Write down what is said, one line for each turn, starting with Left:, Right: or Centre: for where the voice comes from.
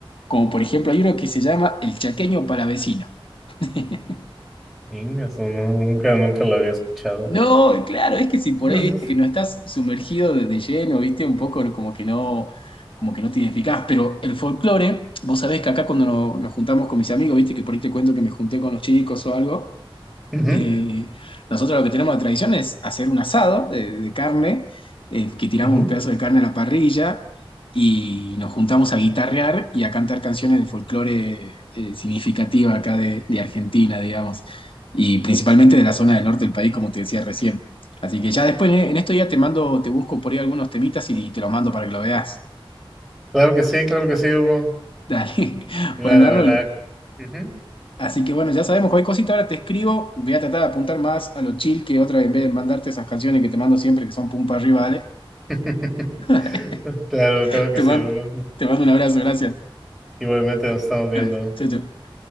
Left: como por ejemplo hay uno que se llama El Chaqueño Palavecino. <laughs>
Centre: Venga, eso no- nunca, nunca lo había escuchado.
Left: No, claro, es que si por
Centre: Ujú,
Left: ahí viste, que no estás sumergido de de lleno, viste, un poco como que no, como que no te identificás, pero el folclore, vos sabés que acá cuando no- nos juntamos con mis amigos, viste, que por ahí te cuento que me junté con los chicos o algo,
Centre: ujú.
Left: Eh, nosotros lo que tenemos de tradición es hacer un asado de, de carne, eh, que tiramos
Centre: ujú.
Left: un pedazo de carne a la parrilla y nos juntamos a guitarrear y a cantar canciones de folclore eh, significativa acá de, de Argentina, digamos, y principalmente de la zona del norte del país, como te decía recién. Así que ya después, eh, en esto ya te mando, te busco por ahí algunos temitas y, te los mando para que lo veas.
Centre: Claro que sí, claro que sí, Hugo.
Left: <laughs> Dale.
Centre: La,
Left: Bueno,
Centre: la,
Left: Arnold,
Centre: la- ujú.
Left: Así que bueno, ya sabemos, cualquier cosita ahora te escribo, voy a tratar de apuntar más a lo chill que otra vez en vez de mandarte esas canciones que te mando siempre que son pum para arriba, dale.
Centre: <laughs>
Left: <laughs>
Centre: Claro, claro que
Left: Te
Centre: sí,
Left: mando,
Centre: Hugo.
Left: te mando un abrazo, gracias.
Centre: Igualmente nos estamos viendo.
Left: Eh, chau, chau.